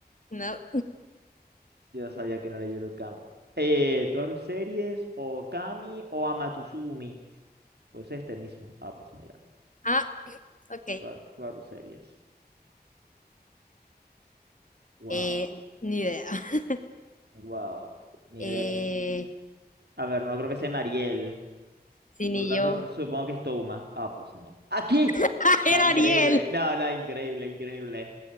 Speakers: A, on the left; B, on the right.
A: No.
B: Yo sabía que no era Yurocamp. Eh, ¿Toaru Series o Kami o Amatuzumi? Pues este mismo. Ah, pues mira,
A: Ah, ok.
B: Toa- Toaru Series. Wow,
A: Eh, ni idea. <laughs>
B: wow, ni
A: Eh,
B: idea. A ver, no creo que sea Mariel.
A: sí,
B: Por
A: ni
B: lo tanto,
A: yo.
B: supongo que es Touma. Ah, pues no. ¿Aquí?
A: <laughs> ¡Ah, era
B: No, increíble.
A: Ariel!
B: No, no, increíble, increíble.